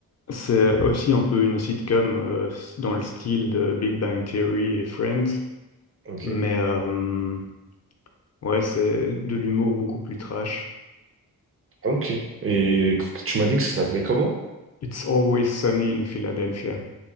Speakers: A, on the left (about 45°); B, on the right (about 35°).
A: C'est aussi un peu une sitcom euh, dans le style de Big Bang Theory et Friends,
B: Ok.
A: Mais euh, ouais, c'est de l'humour beaucoup plus trash.
B: Ok. Et c- tu m'as dit que ça s'appelait comment?
A: It's always sunny in Philadelphia.